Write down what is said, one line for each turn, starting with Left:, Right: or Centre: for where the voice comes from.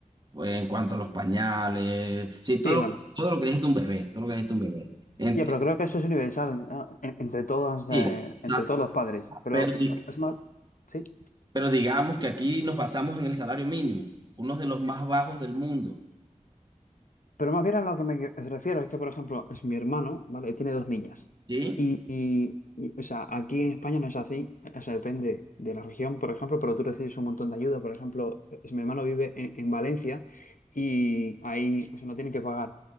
Right: pues, en cuanto a los pañales, sí,
Left: Sí,
Right: todo
Left: bueno.
Right: lo, todo lo que necesita un bebé, todo lo que necesita un bebé. En
Left: Ya,
Right: que-
Left: pero creo que eso es universal, ¿no? En- entre todos,
Right: sí,
Left: eh,
Right: exacto.
Left: entre todos los padres. Pero
Right: Pero, di-
Left: es más, sí,
Right: pero digamos que aquí nos basamos en el salario mínimo, uno de los más bajos del mundo,
Left: Pero más bien a lo que me refiero es que, por ejemplo, es mi hermano, ¿vale? Tiene dos niñas.
Right: ¿sí?
Left: Y, y- y, o sea, aquí en España no es así. O sea, depende de la región, por ejemplo, pero tú recibes un montón de ayuda. Por ejemplo, es- mi hermano vive en, en Valencia y ahí o sea, no tienen que pagar,